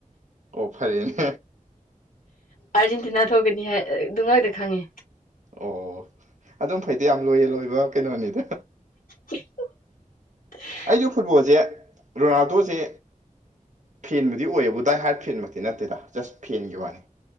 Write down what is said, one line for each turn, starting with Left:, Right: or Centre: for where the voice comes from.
Right: ꯑꯣ ꯐꯔꯦꯅꯦ
Left: ꯑꯥꯔꯖꯦꯟꯇꯤꯅꯥ ꯊꯣꯛꯒꯅꯤ ꯍꯥꯏ ꯑꯗꯨ ꯉꯥꯛꯇ ꯈꯪꯉꯦ
Right: ꯑꯣ ꯑꯗꯨꯝ ꯐꯩꯗ ꯌꯥꯝ ꯂꯣꯏꯌꯦꯟ ꯑꯣꯏꯕ ꯀꯩꯅꯣꯅꯤꯗ
Left: <unintelligible>
Right: ꯑꯩꯁꯨ ꯐꯨꯠꯕꯣꯜꯁꯦ ꯔꯣꯅꯥꯜꯗꯣꯁꯦ ꯐꯦꯟꯕꯨꯗꯤ ꯑꯣꯏꯕꯨ ꯗꯥꯏ ꯍꯥꯏꯔꯠ ꯐꯦꯟꯃꯛꯇꯤ ꯅꯠꯇꯦꯗ ꯖꯁ ꯐꯦꯟꯒꯤ ꯋꯥꯅꯤ